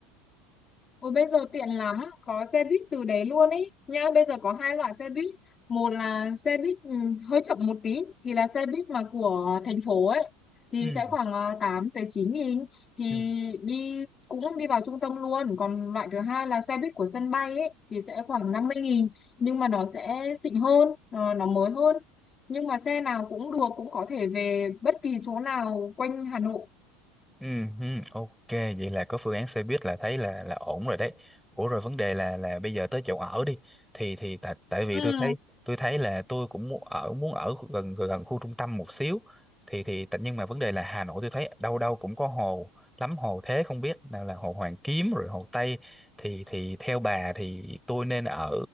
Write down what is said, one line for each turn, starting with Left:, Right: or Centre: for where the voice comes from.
Left: Ôi bây giờ tiện lắm, có xe buýt từ đấy luôn ý. Nhá, bây giờ có hai loại xe buýt. Một là xe buýt ừ, hơi chậm một tí thì là xe buýt mà của thành phố ấy thì
Centre: Ừ.
Left: sẽ khoảng ờ, 8 tới chín nghìn thì
Centre: ừ.
Left: đi cũng đi vào trung tâm luôn. Còn loại thứ hai là xe buýt của sân bay ấy thì sẽ khoảng năm mươi nghìn nhưng mà nó sẽ xịn hơn, ờ, nó mới hơn. Nhưng mà xe nào cũng được, cũng có thể về bất kỳ chỗ nào quanh Hà Nội.
Centre: Ừ, ừ, ok vậy là có phương án xe buýt là thấy là là ổn rồi đấy. Ủa rồi vấn đề là là bây giờ tới chỗ ở đi thì thì tại tại vì
Left: Ừ.
Centre: tôi thấy tôi thấy là tôi cũng muốn ở muốn ở khu- gần gần khu trung tâm một xíu thì thì tại- nhưng mà vấn đề là Hà Nội tôi thấy đâu đâu cũng có hồ lắm hồ thế không biết nào là hồ Hoàn Kiếm rồi hồ Tây thì thì theo bà thì tôi nên ở